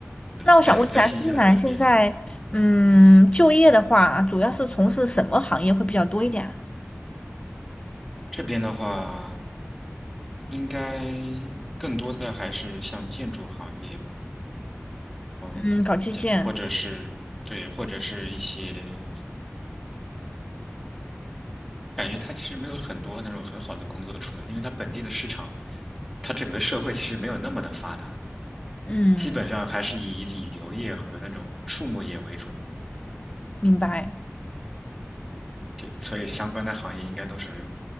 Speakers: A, in the centre; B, on the left (about 25°).
A: 是的但是在新西兰这边，
B: 那我想问一下，新西兰现在嗯就业的话，主要是从事什么行业会比较多一点啊
A: 这边的话，应该更多的还是像建筑行业吧，嗯，
B: 嗯，搞基建。
A: 这或者是对，或者是一些感觉它其实没有很多那种很好的工作出来，因为它本地的市场，它整个社会其实没有那么的发达，
B: 嗯，
A: 基本上还是以旅游业和那种畜牧业为主嘛，
B: 明白。
A: 就所以相关的行业应该都是